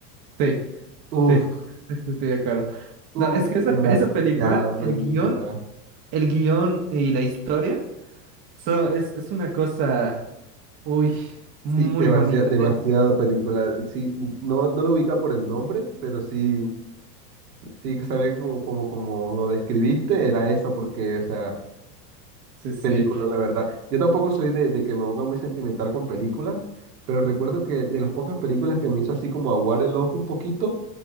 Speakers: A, on the right; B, on the right.
A: sí,
B: Uf,
A: sí, estoy estoy de acuerdo.
B: uf,
A: No, es que esa,
B: demasiada
A: esa película,
B: película.
A: el guión, el guión y la historia. So, es, es una cosa, uy, muy
B: Sí, demasiado,
A: bonita.
B: demasiado
A: De-
B: película. Sí, no, no lo ubica por el nombre, pero sí, sí sabía que como, como, como lo describiste, era esa, porque, o sea,
A: Sí, sí,
B: película, la verdad. Yo tampoco soy de, de que me ponga muy sentimental con películas, pero recuerdo que de las pocas películas que me hizo así como aguar el ojo un poquito,